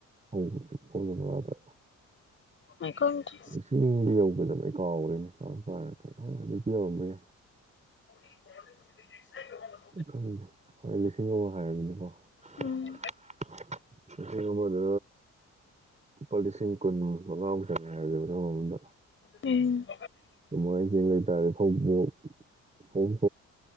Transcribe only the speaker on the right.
<unintelligible> ꯐꯧꯅ ꯕꯣꯔꯥꯗ
ꯂꯤꯁꯤꯡꯗꯤ ꯌꯧꯒꯤꯗꯕꯅꯦ ꯑꯩ ꯀꯥꯎꯔꯦꯅꯦ <unintelligible> ꯍꯧꯖꯤꯛꯇꯤ ꯌꯧꯔꯝꯕ ꯌꯥꯏ
ꯈꯪꯗꯦ ꯍꯣꯏ ꯂꯤꯁꯤꯡ ꯑꯃ ꯍꯥꯏꯔꯖꯤꯅꯦꯀꯣ <unintelligible>
ꯑꯃꯗ ꯂꯨꯄꯥ ꯂꯤꯁꯤꯡ ꯀꯨꯟ ꯃꯉꯥꯕꯨ ꯆꯪꯉꯦ ꯍꯥꯏꯔꯖꯤꯕ ꯂꯧ ꯑꯃꯃꯝꯗ
ꯁꯨꯃꯥꯏ ꯍꯤꯡ ꯂꯩ ꯇꯥꯔꯗꯤ ꯐꯧꯕꯣꯠ